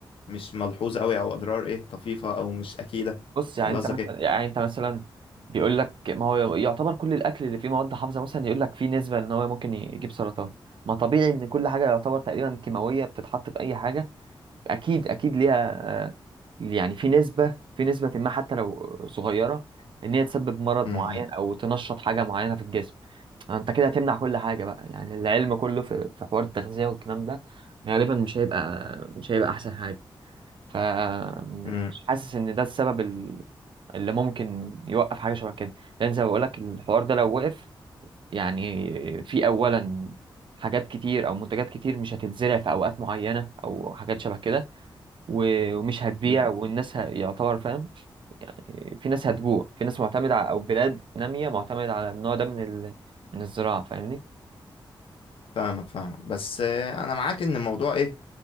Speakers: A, on the left; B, on the right.
A: مش ملحوظة أوي أو أضرار إيه طفيفة أو مش أكيدة
B: بص يعني
A: ولا
B: انت
A: قصدك
B: مثلا
A: إيه؟
B: يعني انت مثلا بيقول لك ما هو يعتبر كل الاكل اللي فيه مواد حافظه مثلا يقول لك فيه نسبه ان هو ممكن يجيب سرطان ما طبيعي ان كل حاجه يعتبر تقريبا كيماويه بتتحط في اي حاجه اكيد اكيد ليها آه، يعني في نسبه في نسبه ما حتى لو صغيره ان هي تسبب مرض
A: م- م-
B: معين او تنشط حاجه معينه في الجسم انت كده هتمنع كل حاجه بقى يعني العلم كله في في حوار التغذيه والكلام ده غالبا مش هيبقى مش هيبقى احسن حاجه ف آه،
A: م-
B: مش حاسس ان ده السبب اللي ممكن يوقف حاجه شبه كده لان زي ما بقول لك الحوار ده لو وقف يعني في اولا حاجات كتير او منتجات كتير مش هتتزرع في اوقات معينه او حاجات شبه كده و- ومش هتبيع
A: م.
B: والناس ه- يعتبر فاهم في ناس هتجوع في ناس معتمده على او بلاد ناميه معتمده على النوع ده من ال... من الزراعه فاهمني
A: فاهمك فاهمك بس آه، أنا معاك إن الموضوع إيه